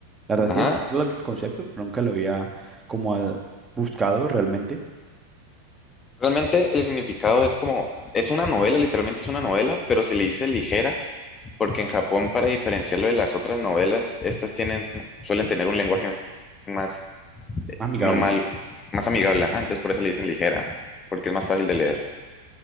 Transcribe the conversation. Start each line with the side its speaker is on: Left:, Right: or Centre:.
Right: La verdad
Left: Ajá,
Right: sí es el concepto, pero nunca lo había como ah, buscado realmente.
Left: Realmente el significado es como, es una novela, literalmente es una novela, pero se le dice ligera, porque en Japón, para diferenciarlo de las otras novelas, estas tienen, suelen tener un lenguaje más
Right: Amigable.
Left: normal, más amigable, ajá, entonces por eso le dicen ligera, porque es más fácil de leer.